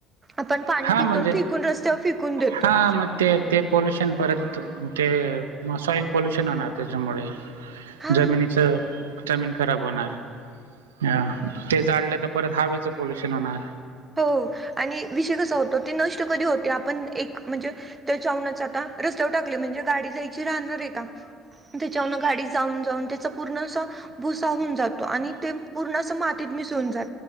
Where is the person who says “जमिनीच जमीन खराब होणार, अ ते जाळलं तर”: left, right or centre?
Right